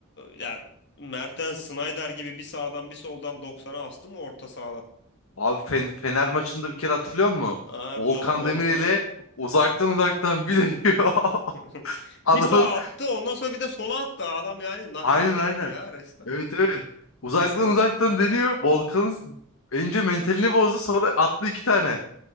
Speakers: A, on the left (about 55°); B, on the left (about 80°).
A: ya Mertens Snyder gibi bir sağdan bir soldan doksan'a astı mı orta sahada?
B: Abi Fen- Fener maçında bir kere hatırlıyor musun?
A: Aa,
B: Volkan
A: vol volkanı.
B: Demirel'e uzaktan uzaktan bir deniyor.
A: <laughs>
B: <laughs> Adamın
A: Bir sağa attı ondan sonra bir de sola attı. Adam yani knockout
B: aynen
A: etti
B: aynen.
A: ya resmen.
B: Evet evet. Uzaktan
A: Kesinlikle
B: uzaktan
A: yani.
B: deniyor. Volkan'ın önce mentalini bozdu sonra attı iki tane.